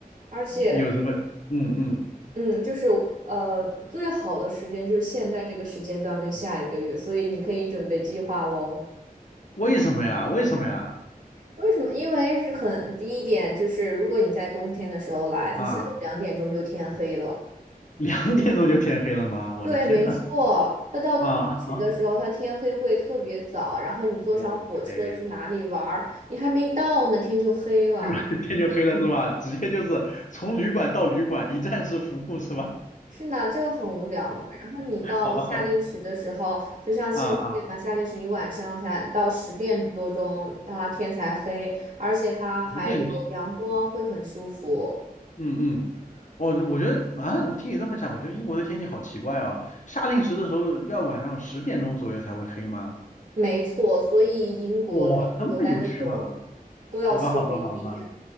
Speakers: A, on the right (about 55°); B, on the left (about 55°).
A: 而且，
B: 有什么嗯嗯，
A: 嗯，就是呃，最好的时间就是现在这个时间段跟下一个月，所以你可以准备计划喽。
B: 为什么呀？为什么呀？
A: 为什么？因为是很第一点，就是如果你在冬天的时候来，它下午两点钟就天黑了。
B: 啊两点钟就天黑了吗？我的天呐
A: 对，没错，它到冬令时的时候，
B: 啊？<laughs>
A: 它天黑会特别早，然后你坐上火车去哪里玩儿，
B: ，OK，
A: 你还没到呢，天就黑了。
B: 立马天就黑了是吧？直接就是从旅馆到旅馆，一站式服务是吧？
A: 是呢，就很无聊嘛。然后你到夏令时的时候，
B: <laughs> 好吧，好吧，
A: 就像现在嘛，
B: 啊啊，
A: 夏令时你晚上才到十点多钟，它天才黑，而且它还有阳光，
B: 十点这样
A: 会很舒服。
B: 嗯嗯，我我觉得啊，我听你这么讲，我觉得英国的天气好奇怪哦。夏令时的时候要晚上十点钟左右才会黑吗？
A: 没错，所以英国在英国待的久，
B: 哇，这么有趣吗？
A: 都要吃维
B: 好吧，好吧，
A: D。
B: 好吧。
A: <laughs>